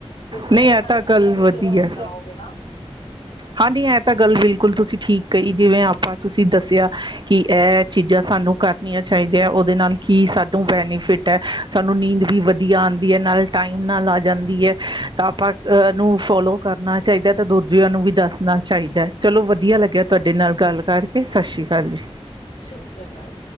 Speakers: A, on the left; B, on the right.
A: ਦੇਖੋ
B: ਨਹੀਂ
A: ਏ
B: ਇਹ
A: ਸਾਰੀ
B: ਤਾਂ
A: ਚੀਜ਼ਾਂ
B: ਗੱਲ
A: ਤੁਸੀਂ
B: ਵਧੀਆ
A: ਅਗਰ ਅਪਣਾਓਗੇ ਨਾ
B: ਹਾਂਜੀ, ਹੈ ਤਾਂ ਗੱਲ ਬਿਲਕੁਲ ਤੁਸੀਂ ਠੀਕ ਕਈ, ਜਿਵੇਂ ਆਪਾਂ ਤੁਸੀਂ ਦੱਸਿਆ ਕਿ ਏ ਚੀਜ਼ਾਂ ਸਾਨੂੰ ਕਰ ਣੀਆਂ ਚਾਈਦੀਆਂ ਓਦੇ ਨਾਲ ਕੀ ਸਾਨੂੰ ਬੈਨੀਫਿਟ ਐ, ਸਾਨੂੰ ਨੀਂਦ ਵੀ ਆਂਦ ਨਾਲੇ ਟਾਈਮ ਨਾਲ ਆ ਜਾਂਦੀ ਐ, ਤਾਂ ਆਪਾਂ ਅ ਨੂੰ ਫੋਲੋ ਕਰਨਾ ਚਾਈਦਾ ਤਾਂ ਦੂਜਿਆਂ ਨੂੰ ਵੀ ਦੱਸ ਚਾਈਦਾ। ਚਲੋ ਵਧੀਆ ਲੱਗਿਆ ਤੁਆਡੇ ਨਾਲ ਗੱਲ ਕਰਕੇ, ਸਸ ਸ਼੍ਰੀ ਕਾਲ ਜੀ।
A: ਸਸ ਸ਼੍ਰੀਆ ਕਾਲ।